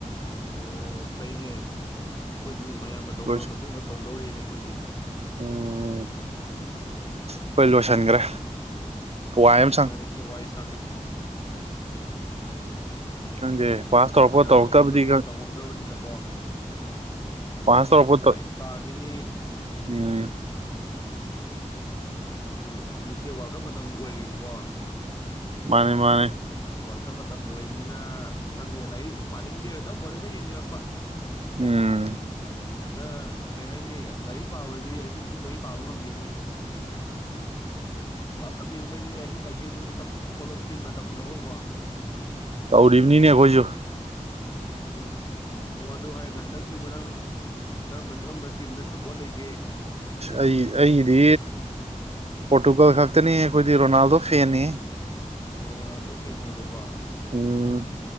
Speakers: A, on the left; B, on the right.
A: ꯑꯣ ꯐꯩꯅꯦ ꯑꯩꯈꯣꯏꯗꯤ ꯃꯌꯥꯝꯅ ꯇꯧꯅꯔ
B: ꯂꯣꯏꯁ
A: ꯃꯇꯨꯡꯗ ꯇꯧꯗꯧꯔꯤꯦꯅꯦ ꯑꯩꯈꯣꯏꯗꯤ
B: ꯎꯝ ꯑꯈꫭꯏ ꯂꯣꯏꯁꯤꯟꯈ꯭ꯔꯦ ꯋꯥꯏ ꯑꯃ ꯁꯪꯉꯤ
A: ꯅꯪꯗꯤ ꯋꯥꯏ ꯁꯪꯉꯦ
B: <unintelligible>
A: ꯑꯩꯈꯣꯏꯗꯤ
B: ꯈꯪꯗꯦ ꯄꯥꯁ ꯇꯧꯔꯛꯄ
A: ꯃꯌꯥꯝ
B: ꯇꯧꯔꯛꯇꯕꯗꯤ
A: ꯇꯧꯍꯧꯗꯕꯗ
B: ꯈꯪ
A: ꯇꯧꯍꯧꯗ꯭ꯔꯕꯅꯤꯅꯀꯣ ꯍꯧꯖꯤꯛ
B: ꯄꯥꯁ
A: ꯑꯃꯨꯛ
B: ꯇꯧꯔꯛꯄ
A: ꯂꯥꯏꯔꯤꯛ ꯄꯥꯒꯤꯅꯤ
B: ꯎꯝ
A: ꯍꯥꯏꯗꯤ ꯍꯧꯖꯤꯛꯁꯦ ꯋꯥꯀꯠ ꯃꯇꯝꯁꯨ ꯑꯣꯏꯦꯀꯣ
B: ꯃꯥꯅꯦ ꯃꯥꯅꯦ
A: ꯋꯦꯜꯀꯝ ꯃꯇꯝ ꯑꯣꯏꯕꯅꯤꯅ ꯁꯪꯗꯦ ꯂꯥꯏꯔꯤꯛ ꯄꯥꯅꯤꯡꯗꯦ ꯍꯦꯇꯪ ꯕꯣꯜ ꯍꯦꯛꯇ ꯌꯦꯡꯅꯤꯡꯔꯛꯄ
B: ꯎꯝ
A: ꯍꯦꯛꯇ ꯀꯩ ꯍꯥꯏꯅꯤ ꯑꯁ ꯂꯥꯏꯔꯤꯛ ꯄꯥꯕꯗꯤ ꯑꯍꯤꯡ ꯇꯨꯝꯗꯒꯤ ꯄꯥꯕ ꯉꯝꯗꯣꯏꯅꯦ ꯋꯥꯔꯜ ꯀꯞ ꯌꯦꯡꯕꯩꯗꯤ ꯑꯍꯤꯡꯒꯥꯏꯁꯦ ꯑꯗꯨꯝ ꯃꯤꯀꯞ ꯊꯣꯛꯂꯛꯄꯤ ꯃꯇꯝ ꯍꯒ ꯋꯥ
B: ꯇꯧꯔꯤꯕꯅꯤꯅꯦ ꯑꯩꯈꯣꯏꯁꯨ
A: ꯑꯗꯨꯅꯤ ꯑꯣ ꯑꯗꯨ ꯍꯥꯏꯔꯒ ꯍꯟꯗꯛꯁꯤꯕꯨ ꯅꯪ ꯀꯔꯝꯕ ꯀꯔꯝꯕ ꯇꯤꯝꯗ ꯁꯞꯄꯣꯔꯠ ꯂꯩꯒꯦ
B: ꯑꯩ ꯑꯩꯒꯤꯗꯤ ꯄꯣꯔꯇꯨꯒꯥꯜ ꯈꯛꯇꯅꯤ ꯑꯩꯈꯣꯏꯗꯤ ꯔꯣꯅꯥꯜꯗꯣ ꯐꯦꯟꯅꯤ
A: ꯑꯣ ꯔꯥꯟꯗꯧ ꯐꯦꯟꯅꯦꯕꯀꯣ
B: ꯎꯝ